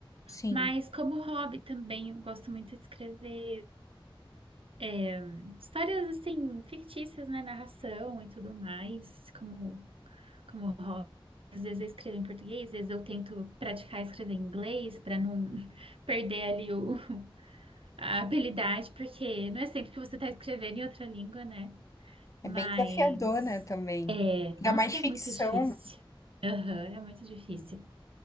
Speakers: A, on the left (about 35°); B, on the right (about 75°).
A: sim.
B: mas como hobby também, eu gosto muito de escrever é, histórias assim, fictícias, né? Narração e tudo mais, como, como hobby. Às vezes eu escrevo em português, às vezes eu tento praticar escrever em inglês para não <laughs> perder ali o, a habilidade, porque não é sempre que você está escrevendo em outra língua, né?
A: É
B: Mas
A: bem desafiador, né, também.
B: é,
A: Ainda
B: nossa,
A: mais ficção.
B: é muito difícil. Aham, é muito difícil.